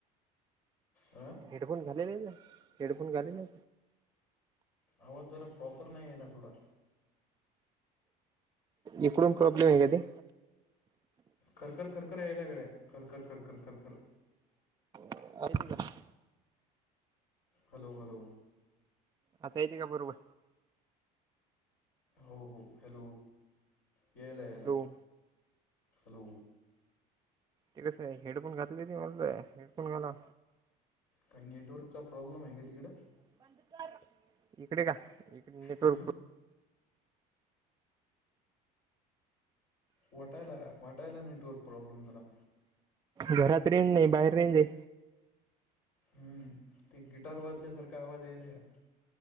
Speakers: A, on the left (about 70°); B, on the right (about 20°).
A: आ,
B: हेडफोन घालेले आहेच हेडफोन घालेले.
A: आवाज जरा प्रॉपर नाही आहे ना थोडा.
B: इकडून प्रॉब्लेम आहे ते.
A: खरखं खरखं यायलाकडे खर खर खर खर खर खर.
B: अ <unintelligible>
A: हॅलो हॅलो,
B: आता येते का बरोब.
A: हो हो हॅलो, यायला यायला
B: हॅलो
A: हॅलो,
B: ते कसं काय हेडफोन घातलेने होऊन जाई हेडफोन घाला.
A: काही नेटवर्कचा प्रॉब्लेम आहे का तिकडं.
B: <unintelligible> इकडे का इकडे नेटर
A: हं वाटायला का वाटायला नेटवर्क प्रॉब्लेम जरा.
B: घरात रेंज नाही बाहेर रेंज आहे.
A: हम्म, ते गिटार वाजल्यासारखा आवाज येलय.